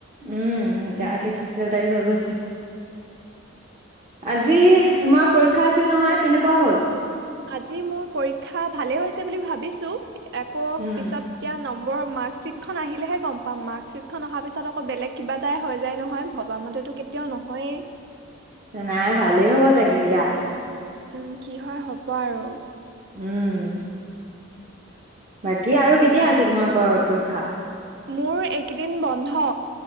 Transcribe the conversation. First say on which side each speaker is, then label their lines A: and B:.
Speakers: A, on the right; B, on the right.
A: উম এতিয়া আৰ্টিফিচিয়েল টাইপ হৈ গৈছে। আজি তোমাৰ পৰীক্ষা আছিল নহয় কেনেকোৱা হ'ল?
B: আজি মোৰ পৰীক্ষা ভালে হৈছে। বুলি ভাবিছো একো
A: উম,
B: পিছত এতিয়া ন মই মাৰ্কশচিটখন আহিলেহে গম পাম মাৰ্কচিটখন অহাৰ পিছত আকৌ বেলেগ কিবা এটাই হৈ যায় নহয়। ভবা মতেতো কেতিয়াও নহয়েই,
A: নাই ভালেই হ'ব চাগে এতিয়া।
B: উম কি হয় হ'ব আৰু।
A: উম বাকী আৰু কেতিয়া আছে তোমালোকৰ পৰীক্ষা?
B: মোৰ এক কেইদিন বন্ধ